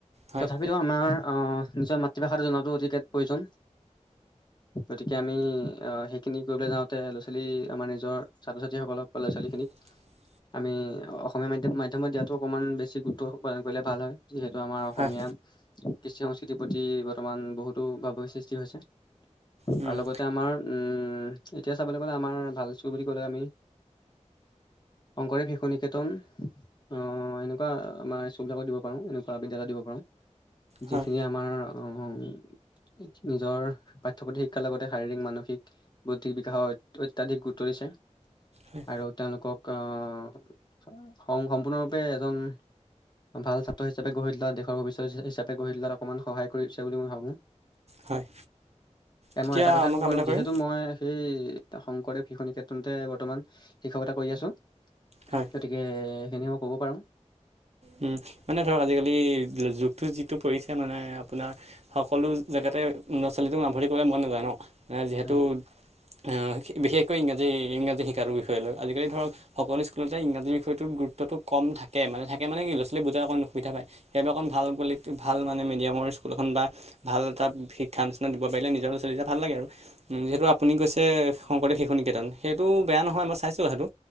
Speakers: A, on the right; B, on the left.
A: হয়
B: তথাপিটো আমাৰ অ', নিজৰ মাতৃভাষা জনাটো অতিকে প্ৰয়োজন। গতিকে আমি অ', সেইখিনি কৰিবলৈ যাওঁতে ল'ছালী আমাৰ নিজৰ ছাত্ৰ, ছাত্ৰী সকলক বা ল'ছালী খিনিক
A: <inaudible>
B: আমি অসমীয়া মাধ্যম-মাধ্যমত দিয়াতো অকনমান বেছি গুৰুত্ব উৎপাদন কৰিলে ভাল হয়। যিহেতু আমাৰ অসমীয়া,
A: হয়
B: কৃষ্টি সংস্কৃতিৰ প্ৰতি বৰ্তমান বহুতো ভাবভুগী সৃষ্টি হৈছে। আৰু
A: উম,
B: লগতে আমাৰ উম, এতিয়া চাবলে গ'লে আমাৰ ভাল স্কুল বুলি ক'লে আমি শংকৰদেৱ শিশু নিকেটন অ', এনেকুৱা আমাৰ স্কুল বিলাকত দিব পাৰোঁ। এনেকুৱা বিদ্যালয় দিব পাৰোঁ। যিখিনি
A: হয়
B: আমাৰ উম, নিজৰ পা পাঠ্য পুথিৰ শিক্ষাৰ লগতে শাৰীৰিক, মানসিক বৌদ্ধিক বিকাশৰ অত্যাধিক গুৰুত্ব দিছে।
A: হয়
B: আৰু তেওঁলোকক অ', সম- সম্পূৰ্ণৰূপে এজন ভাল ছাত্ৰ হিচাপে গঢ়ি তোলা, দেশৰ ভবিষ্যত হিচাপে গঢ়ি তোলাত অকমান সহায় কৰিছে বুলি মই ভাবোঁ।
A: হয়।
B: এ
A: তেতিয়া
B: মই এটা কথা ক'ব
A: কাম
B: পাৰোঁ
A: এটা
B: যিহেতু
A: কৰিম
B: মই এই শংকৰদেৱ শিশু নিকেতনতে বৰ্তমান শিক্ষকতা কৰি আছোঁ।
A: হয়
B: গতিকে এনেও ক'ব পাৰোঁ।
A: উম, মানে ধৰক আজিকালি যুগটো যিটো পৰিছে মানে আপোনাৰ সকলো জেগাতে লৰা ছোৱালীটো <unintelligible> মন নাযায় ন। মানে যিহেতু
B: হয়
A: অ', বিশেষকৈ ইংৰাজী, ইংৰাজী শিকাৰ বিষয় লৈ। আজিকালি ধৰক সকলো স্কুলতে ইংৰাজী বিষয়তোৰ গুৰুত্বটো কম থাকে। মানে থাক মানে কি ল'ছালী বুজাৰ অকমাণ অসুবিধা পায়। সেইবাবে অকণ ভাল বুলি ভাল মানে মিডিয়ামৰ স্কুল এখন বা ভাল এটাত শিক্ষানুষ্ঠান দিব পাৰিলে নিজৰ ল'ছালী কেইটা ভাল লাগে আৰু। উম, যিহেতু আপুনি কৈছে শংকৰদেৱ শিশু নিকেতন, সেইটোও বেয়া নহয় মই চাইছোঁ কথাটো।